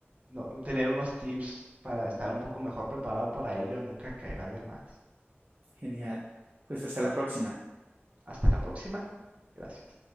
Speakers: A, on the right; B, on the right.
A: no, tener unos tips para estar un poco mejor preparado para ello nunca caerá de más.
B: Genial. Pues hasta la próxima.
A: Hasta la próxima. Gracias.